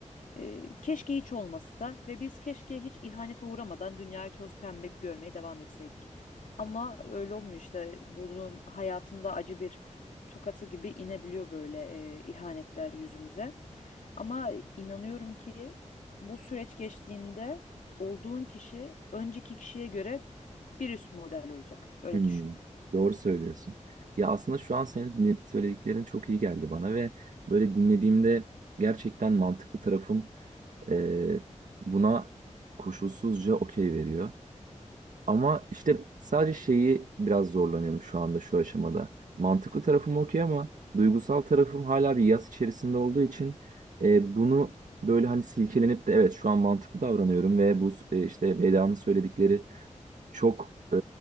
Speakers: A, on the left; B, on the right.
A: ee, keşke hiç olmasa ve biz keşke hiç ihanete uğramadan dünyayı toz pembe görmeye devam etseydik. Ama öyle olmuyor işte. Bunun hayatında acı bir tokatı gibi inebiliyor böyle e, ihanetler yüzümüze. Ama inanıyorum ki bu süreç geçtiğinde olduğun kişi önceki kişiye göre bir üst model olacak. Öyle
B: Hmm,
A: düşün.
B: doğru söylüyorsun. Ya aslında şu an senin dinle- söylediklerin çok iyi geldi bana ve böyle dinlediğimde gerçekten mantıklı tarafım e, buna koşulsuzca okey veriyor. Ama işte sadece şeyi biraz zorlanıyorum şu anda şu aşamada. Mantıklı tarafım okey ama duygusal tarafım hala bir yas içerisinde olduğu için e, bunu böyle hani silkelenip de evet şu an mantıklı davranıyorum ve bu e, işte Veda'nın söyledikleri çok e,